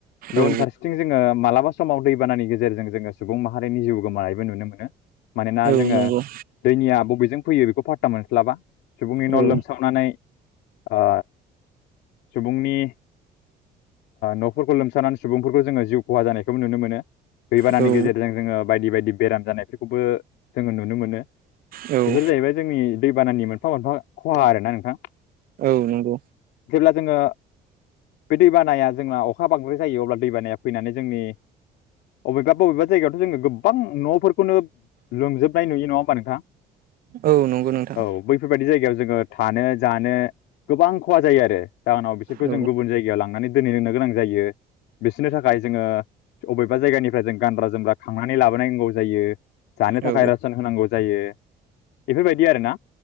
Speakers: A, on the left (about 90°); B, on the right (about 60°).
A: गुबुन
B: औ
A: फारसे ओ मालाबा समाव दैबानानि गेजेरजों जोङो सुबुं माहारिनि जिउ गोमानायबो नुनो मोनो मानोना
B: औ
A: जोङो
B: नंगौ
A: दैनिया बबेजों फैयो बेखौ फटा मोनस्ला बा सुबुंनि न'
B: औ
A: लोमसावनानै ओ सुबुंनि न'फोरखौ लोमसावनानै सुबुंफोर जोङो जिउ खहा जानायखौबो नुनो मोनो दैबानानि
B: औ
A: गेजेरजों जोङो बायदि बायदि बेराम जानायफोरखौबो जोङो नुनो मोनो
B: औ
A: बेफोर जाहैबाय जोंनि दैबानानि मोनफा मोनफा खहा आरोना नोंथां
B: औ नंगौ
A: जेब्ला जोङो बे दैबानाया जोंना अखा बांद्राय जायो अब्ला दैबानाया फैनानै जोंनि बबेबा बबेबा जायगायावथ' जोङो गोबां न'फोरखौनो लोंजोबनाय नुयो नङा होमबा नोंथां
B: औ नंगौ नोंथां
A: औ बैफोरबायदि जायगायाव जोङो थानो जानो गोबां खहा जायो आरो जाहोनाव बिसोरखौ
B: औ
A: जों गुबुन जायगायाव लांनानै दोनहै लोंनो गोनां जायो बिसोरनि थाखाय जोङो बबेबा जायगानिफ्राय जों गानग्रा जोमग्रा खांनानै लाबोनायांगौ जायो जानो
B: औ
A: थाखाय रसन होनांगौ जायो जायो बेफोरबायदि आरोना